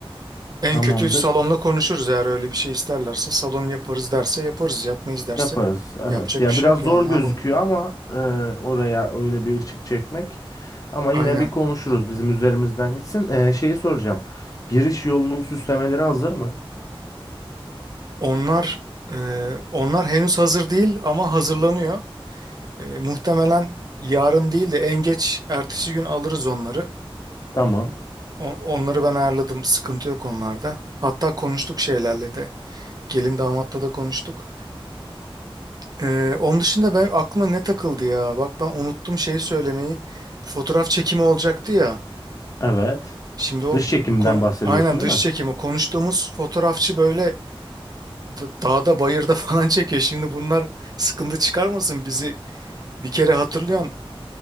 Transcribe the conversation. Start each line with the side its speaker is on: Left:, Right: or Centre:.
Right: En
Left: tamamdır.
Right: kötü salonla konuşuruz eğer öyle bir şey isterlerse. Salon yaparız derse yaparız. Yapmayız derse
Left: Yaparız evet.
Right: yapacak
Left: Ya
Right: bir şey
Left: biraz
Right: yok yani
Left: zor gözüküyor
Right: ne yapalım.
Left: ama e, oraya öyle bir ışık çekmek. Ama
Right: Aynen.
Left: yine bir konuşuruz bizim üzerimizden gitsin. E, şeyi soracağım. Giriş yolunun süslemeleri hazır mı?
Right: Onlar e, onlar henüz hazır değil ama hazırlanıyor. E, muhtemelen yarın değil de en geç ertesi gün alırız onları.
Left: Tamam.
Right: O- onları ben ayarladım. Sıkıntı yok onlarda. Hatta konuştuk şeylerle de. Gelin damatla da konuştuk. E, onun dışında ben aklıma ne takıldı ya? Bak ben unuttum şeyi söylemeyi. Fotoğraf çekimi olacaktı ya.
Left: Evet.
Right: Şimdi o
Left: Dış
Right: bi-
Left: çekimden
Right: kon-
Left: bahsediyorsun
Right: aynen
Left: değil
Right: dış
Left: mi?
Right: çekimi konuştuğumuz fotoğrafçı böyle d- dağda bayırda <laughs> falan çekiyor. Şimdi bunlar sıkıntı çıkarmasın bizi bir kere hatırlıyorsun.